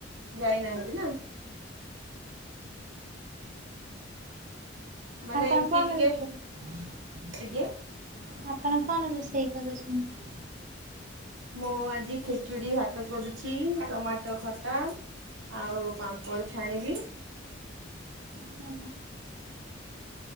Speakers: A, on the right; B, on the right.
A: ଯାଇନାହାନ୍ତି ନା ମାନେ
B: ଆପଣ
A: ଏମିତି
B: କଣ
A: ଟିକେ
B: <unintelligible>
A: ଆଜ୍ଞା
B: ଆପଣ କଣ ରୁଷେଇ କରୁଛନ୍ତିୁ
A: ମୁଁ ଆଜି ଖେଚୁଡି ଭାତ କରୁଛି ଟମାଟୋ ଖଟା ଆଉ ପାମ୍ପଡ଼ ଛାଣିବି
B: ହୁଁ